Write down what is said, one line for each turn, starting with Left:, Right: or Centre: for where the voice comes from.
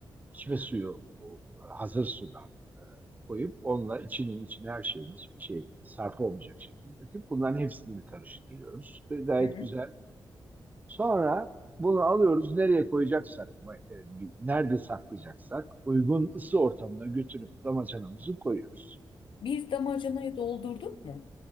Right: içme suyu bu e, hazır sudan e, koyup onunla içinin içine her şeyin hiçbir şey sarf olmayacak şekilde döküp bunların hepsini karıştırıyoruz. Ve gayet
Left: hı hı.
Right: güzel Sonra bunu alıyoruz nereye koyacaksak, e, nerede saklayacaksak uygun ısı ortamına götürüp damacanamızı koyuyoruz.
Left: Bir damacanayı doldurduk mu